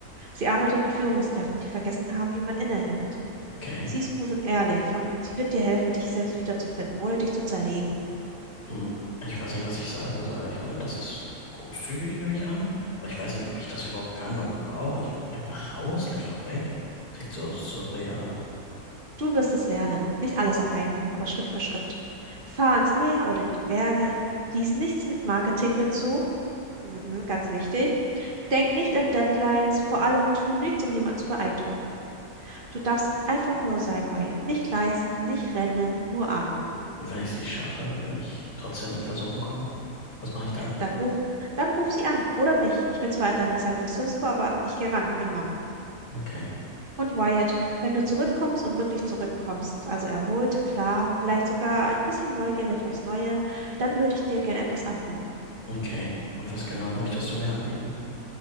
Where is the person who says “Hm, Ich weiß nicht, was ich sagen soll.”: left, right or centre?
Left